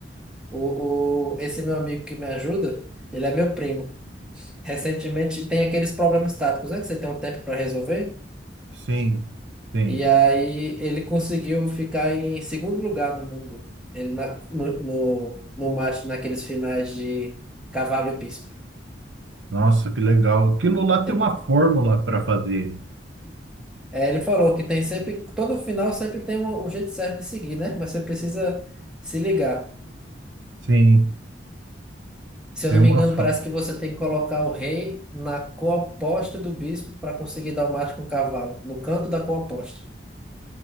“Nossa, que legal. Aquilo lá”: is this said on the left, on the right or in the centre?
Right